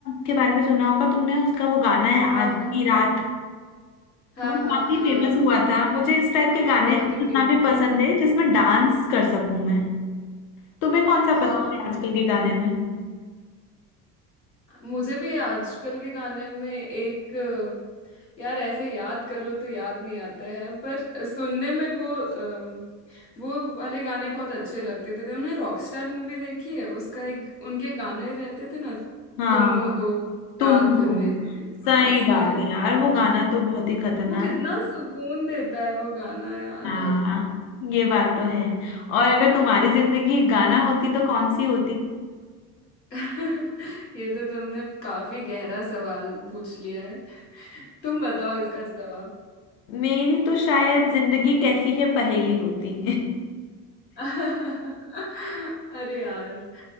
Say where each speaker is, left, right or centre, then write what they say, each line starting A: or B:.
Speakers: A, on the left; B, on the left.
A: के बारे में सुना होगा तुमने उसका वो गाना है
B: हाँ
A: आज
B: हाँ
A: की रात
B: हाँ
A: वो
B: हाँ
A: काफी
B: हाँ
A: फेमस हुआ था मुझे इस टाइप के गाने
B: बहुत ही
A: सुनना
B: फेमस
A: भी पसंद
B: हुआ है
A: है जिसमें डांस कर सकूं मैं तुम्हें कौन सा
B: हाँ
A: पसंद है आजकल के गाने में <laughs>
B: मुझे भी आजकल के गाने में एक अ, यार ऐसे याद करो तो याद नहीं आते हैं पर सुनने में वो अ, वो वाले गाने बहुत अच्छे लगते थे तुमने रॉकस्टार मूवी देखी है उसका एक उनके गाने रहते थे ना
A: हाँ
B: तुम हो
A: तुम
B: साथ
A: हो
B: मेरे पास
A: सही
B: मेरे
A: बात है यार वो गाना तो बहुत ही खतरनाक
B: वो कितना
A: है।
B: सुकून देता है वो गाना यार
A: हाँ
B: और
A: ये बात तो है और अगर तुम्हारी जिंदगी एक गाना होती तो कौन सी होती
B: <laughs> ये तो तुमने काफी गहरा सवाल पूछ लिया है तुम बताओ इसका जवाब
A: मेरी तो शायद जिंदगी कैसी है पहेली होती
B: <laughs> अरे यार